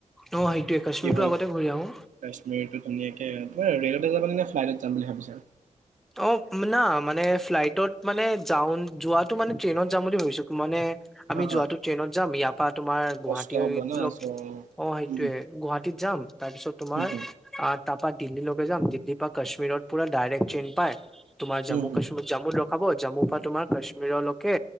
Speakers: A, in the centre; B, on the right.
A: অ সেইটোয়ে কাশ্মীৰটো
B: কি হয়
A: আগতে ঘূৰি আহো
B: কাশ্মীৰটো ধুনীয়াকে। <unintelligible> ট্ৰেইনত নে ফ্লাইটত যাম বুলি ভাবিছা।
A: অ, না মানে ফ্লাইটত মানে যাও যোৱাটো মানে ট্ৰেইনত যাম বুলি ভাবিছো মানে। আমি
B: হা হা
A: যোৱাটো ট্ৰেইনত যাম ইয়াৰ পৰা তোমাৰ গুৱাহাটী
B: কষ্ট
A: হৈ
B: হ'ব ন
A: <unintelligible>
B: চ'
A: অ, সেইটোয়ে
B: উম
A: গুৱাহাটীত যাম তাৰপিছত তোমাৰ
B: হুম হুম
A: আ। তাৰ পৰা দিল্লীলৈকে যাম দিল্লীৰ পৰা কাশ্মীৰত পুৰা ডাইৰেক্ট ট্ৰেইন পাই তোমাৰ জম্মু
B: উম হুম
A: কশ্মীৰ জম্মু। হব জম্মু পৰা তোমাৰ কাশ্মীৰলৈকে